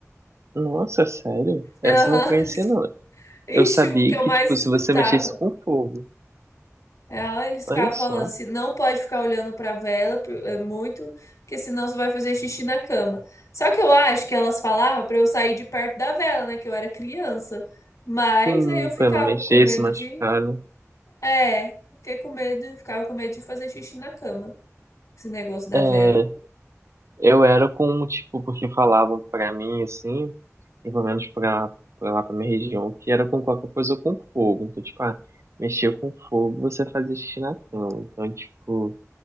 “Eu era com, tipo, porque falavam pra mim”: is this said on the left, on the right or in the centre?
Right